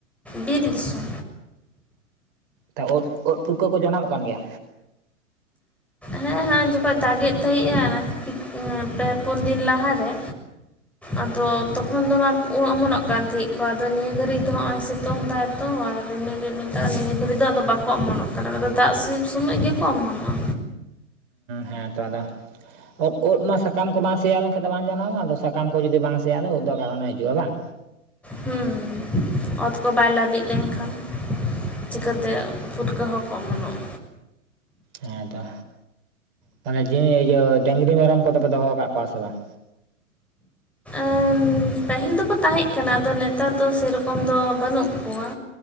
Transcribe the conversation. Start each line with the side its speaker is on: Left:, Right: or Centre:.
Centre: ᱵᱤᱨ ᱫᱤᱥᱚᱢ᱾
Right: ᱛᱟ ᱩᱫ ᱩᱫ ᱯᱩᱴᱠᱟᱹ ᱠᱚ ᱡᱟᱱᱟᱢᱚᱜ ᱠᱟᱱ ᱜᱮᱭᱟ᱾
Centre: ᱦᱮᱸ ᱦᱮᱸ ᱡᱚᱠᱷᱚᱡ ᱫᱟᱜᱮᱫ ᱛᱟᱦᱤᱸᱜ-ᱟ ᱯᱮ ᱯᱩᱱ ᱫᱤᱱ ᱞᱟᱦᱟ ᱨᱮᱼᱼ ᱟᱫᱚ ᱛᱚᱠᱷᱚᱱ ᱫᱚ ᱢᱟ ᱚᱢᱚᱱᱚᱜ ᱠᱟᱱ ᱛᱟᱦᱮᱡ ᱠᱚ ᱟᱫᱚ ᱱᱤᱭᱟᱹ ᱜᱷᱟᱹᱲᱤᱡ ᱫᱚ ᱦᱟᱸᱜ-ᱚᱭ ᱥᱤᱛᱩᱝ ᱫᱟᱭ ᱛᱚ ᱟᱨ ᱨᱤᱢᱤᱞ ᱨᱤᱢᱤᱞ ᱟᱞᱮ ᱱᱤᱛ ᱫᱷᱟᱹᱵᱤᱡ ᱫᱚ ᱟᱫᱚ ᱵᱟᱠᱚ ᱚᱢᱚᱱᱚᱜ ᱠᱟᱱᱟ᱾ ᱟᱫᱚ ᱫᱟᱜ ᱥᱤᱯ ᱥᱚᱢᱚᱡ ᱜᱮᱠᱚ ᱚᱢᱚᱱᱚᱜᱼᱟ᱾
Right: ᱦᱮᱸ ᱛᱚ ᱟᱫᱚ ᱩᱫ ᱩᱫ ᱢᱟ ᱥᱟᱠᱟᱢ ᱠᱚ ᱵᱟᱝ ᱥᱮᱭᱟ ᱞᱮᱱᱠᱷᱟᱱ ᱫᱚ ᱵᱟᱝ ᱡᱟᱱᱟᱢᱚᱜᱼᱟ᱾ ᱟᱫᱚ ᱥᱟᱠᱟᱢ ᱠᱚ ᱡᱩᱫᱤ ᱵᱟᱝ ᱥᱮᱭᱟᱜᱟ ᱟᱫᱚ ᱩᱫ ᱫᱚ ᱚᱠᱟ ᱠᱷᱚᱱᱟᱜ ᱦᱤᱡᱩᱜᱼᱟ ᱵᱟᱝ?
Centre: ᱦᱩᱸ ᱚᱛ ᱠᱚ ᱵᱟᱭ ᱞᱟᱹᱵᱤᱫ ᱞᱮᱱᱠᱷᱟᱱ ᱪᱤᱠᱟᱹᱛᱮ
Right: ᱦᱩᱸ
Centre: ᱯᱷᱩᱴᱠᱟᱹ ᱦᱚᱸ ᱠᱚ ᱚᱢᱚᱱᱚᱜ
Right: ᱦᱮᱸ ᱛᱚ, ᱛᱟᱞᱦᱮ ᱡᱤᱣᱤ ᱤᱭᱟᱹ ᱰᱟᱹᱝᱨᱤ ᱢᱮᱨᱚᱢ ᱠᱚᱫᱚ ᱯᱮ ᱫᱚᱦᱚ ᱠᱟᱜ ᱠᱚᱣᱟ ᱥᱮ ᱵᱟᱝ?
Centre: ᱮᱸ ᱯᱟᱦᱤᱞ ᱫᱚᱠᱚ ᱛᱟᱦᱮᱸᱜ ᱠᱟᱱᱟ, ᱟᱫᱚ ᱱᱮᱛᱟᱨ ᱫᱚ ᱥᱮᱨᱚᱠᱚᱢ ᱫᱚ ᱵᱟᱹᱱᱩᱜ ᱠᱚᱣᱟ᱾